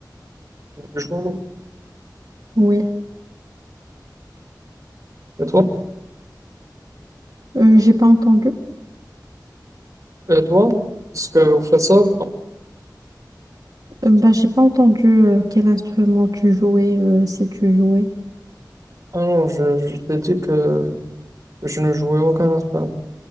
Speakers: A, on the right; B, on the right.
A: Je vous...
B: Oui.
A: Et toi?
B: Euh, j'ai pas entendu.
A: Et toi? Est-ce que vous faites ça? ou pas
B: Euh, bah, j'ai pas entendu euh, quel instrument tu jouais, euh, si tu jouais.
A: Ah non, je, je t'ai dit que je ne jouais aucun instrument.